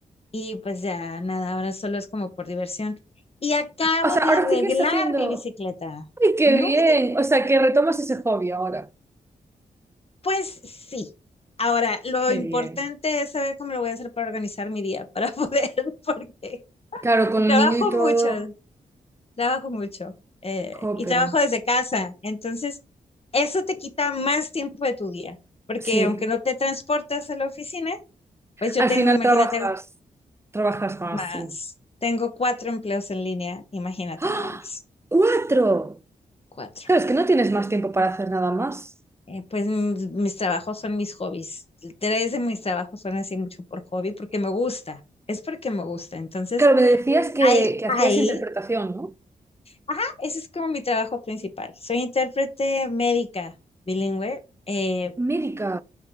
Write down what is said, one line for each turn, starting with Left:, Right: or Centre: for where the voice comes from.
Left: y pues ya nada, ahora solo es como por diversión. Y acabo
Right: O sea,
Left: de
Right: ahora
Left: arreglar
Right: sí que estás haciendo.
Left: mi bicicleta.
Right: ¡Ay, qué
Left: No,
Right: bien!
Left: ahorita-
Right: O sea, que retomas ese hobby ahora.
Left: pues sí. Ahora, lo
Right: Qué
Left: importante
Right: bien.
Left: es saber cómo lo voy a hacer para organizar mi día, para <laughs> poder, porque
Right: Claro, con el
Left: trabajo
Right: niño y todo,
Left: mucho, trabajo mucho, eh,
Right: jope.
Left: y trabajo desde casa. Entonces, eso te quita más tiempo de tu día, porque
Right: Sí.
Left: aunque no te transportas a la oficina, pues yo
Right: Al
Left: tengo,
Right: final
Left: imagínate,
Right: trabajas, trabajas más,
Left: más,
Right: sí.
Left: tengo cuatro empleos en línea, imagínate
Right: ¡Ah!
Left: nada más,
Right: ¡Cuatro!
Left: cuatro.
Right: Claro, es que no tienes más tiempo para hacer nada más.
Left: Eh, pues mis mis trabajos son mis hobbies. Tres de mis trabajos son así mucho por hobby porque me gusta. Es porque me gusta. Entonces,
Right: Claro, me decías que,
Left: ahí,
Right: que hacías
Left: ahí,
Right: interpretación, ¿no?
Left: ajá, ese es como mi trabajo principal. Soy intérprete médica bilingüe. eh,
Right: Médica.